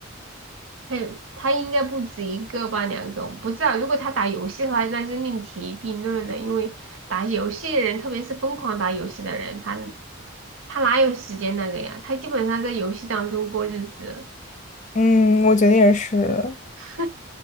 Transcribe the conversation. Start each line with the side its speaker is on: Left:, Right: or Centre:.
Right: 他有他应该不止一个吧，两个，我不知道。如果他打游戏的话，那是另提并论了，因为打游戏的人，特别是疯狂打游戏的人，他他哪有时间那个呀？他基本上在游戏当中过日子，
Left: 嗯，我觉得也是。
Right: <laughs>